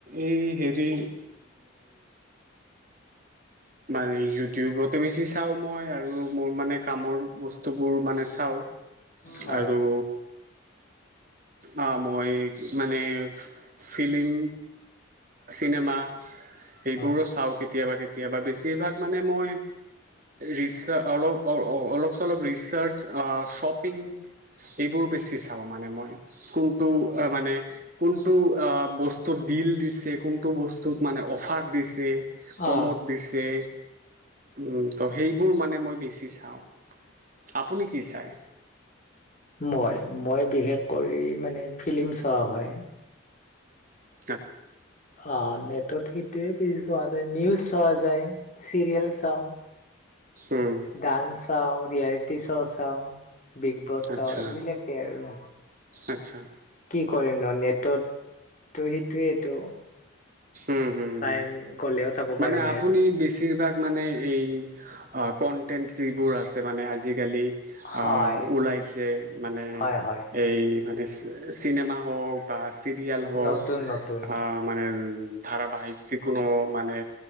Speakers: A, on the right; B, on the left.
A: এই হেৰি মানে ইউটিউবতো বেছি চাওঁ মই আৰু মোৰ মানে কামৰ বস্তুবোৰ মানে চাওঁ
B: হয়
A: আৰু আহ মই মানে ফিলিং চিনেমা এইবোৰো
B: হয়
A: চাওঁ কেতিয়াবা কে কেতিয়াবা বেছিভাগ মানে মই ৰিচা অলপ অলপ চলপ ৰিচাৰ্চ শ্বপিং এইবোৰ বেছি চাওঁ মানে কোনটো মানে কোনটো বস্তুত ডিল দিছে কোনটো বস্তুত মানে অফাৰ দিছে কমত
B: অ
A: দিছে উম ত সেই ম মানে মই বেছি চাও আপুনী কি চাই
B: মই মই বিশেষ কৰি মানে ফিল্ম চোৱা হয়
A: উ
B: অ নেটত সেইটোৱে পজ চোৱা যায় নিউজ চোৱা যায় চিৰিয়েল চাওঁ
A: উম,
B: ডান্স চাওঁ ৰিয়েলিটি দোচাও <unintelligible> বিগ বছ চাওঁ
A: আচ্ছা
B: এইবিলাকেই আৰু
A: আচ্ছা।
B: কি কৰে নো নেটত। ত সেইটোৱেইটো।
A: উম হম
B: টাইম
A: হম,
B: গ'লেও চাব
A: মানে
B: পাৰি নেট
A: আপুনি বেছিভাগ মানে এই। অ কনটেন্ট যিবোৰ আছে মানে আজিকালি।
B: হয়
A: আহ ওলাইছে, মানে
B: হয় হয়
A: এই মানে <inaudible> চিনেমা হওক বা। চিৰিয়াল হওক,
B: নতুন নতুন
A: আ মানে ধাৰাবাহিক যিকোনো। মানে